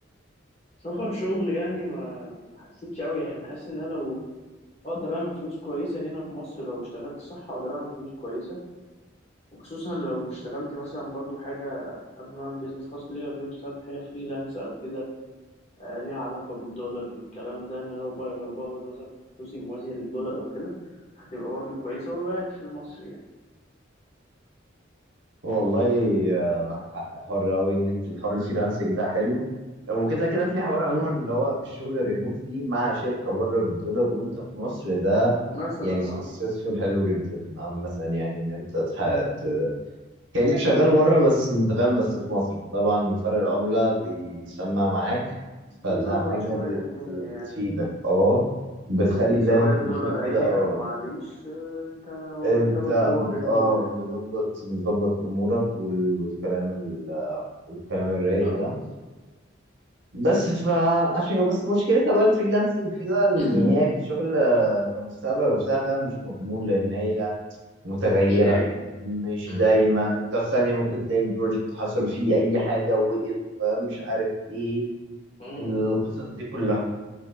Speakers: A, on the left; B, on the right.
A: سفر شغل يعني ما حسيتش قوي يعني حاسس ان انا لو اقدر اعمل فلوس كويسه هنا في مصر لو اشتغلت صح اقدر اعمل فلوس كويسه وخصوصا لو اشتغلت مثلا برضو حاجه قبل ما اعمل بيزنس خاص ليا وكده اشتغلت حاجه فريلانس او كده آه، ليها علاقه بالدولار بالكلام ده ان أنا لو بقى لو بقبض مثلا فلوسي موازيه للدولار او كده هتبقى برضو كويسه وأبقى قاعد في مصر يعني
B: والله آه، معاك حق حر قوي ان انت الحوار الفريلانسنج ده حلو وكده كده في حوار عموما اللي هو الشغل ريموتلي مع شركه بره بالدولار وانت في مصر ده
A: مثلا
B: يعني سكسسفول
A: اه
B: حلو جدا عامة يعني ان انت تح- ت- كأنك شغال بره بس انت فاهم بس في مصر فطبعا فرق العملة بي- بيسمع معاك فده
A: بيظبط
B: حاجة
A: شويه
B: بت
A: الدنيا
B: بتفيدك
A: يعني
B: اه بتخلي
A: يعني سواء
B: زي ما انت
A: الدولار
B: بتقول
A: عالي
B: كده اه
A: او معليش آه، انت
B: انت
A: مرتبك هو
B: بت
A: بالدولار
B: اه مظبط مظبط امورك وال- والكلام والكلام الرايق
A: اه
B: ده بس فعشان بس مشكلتها بقى الفريلانسنج كده إن
A: <coughs>
B: يعني هي كشغل آه، كمستقبل وبتاع فاهم مش مضمون لان هي متغيره
A: مش دايم
B: مش
A: مم.
B: دايما انت في ثانيه ممكن تلاقي البروجكت حصل فيه اي حاجه وقف آه، مش عارف ايه
A: مم.
B: القصص دي كلها